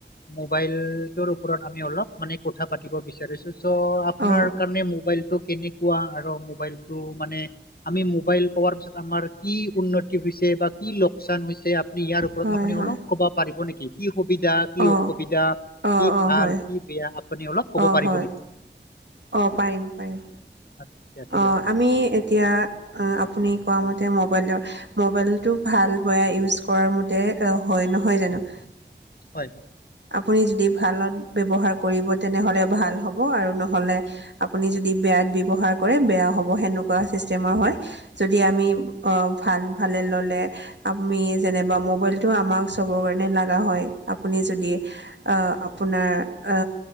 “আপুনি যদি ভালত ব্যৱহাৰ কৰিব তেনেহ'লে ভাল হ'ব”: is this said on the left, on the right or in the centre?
Right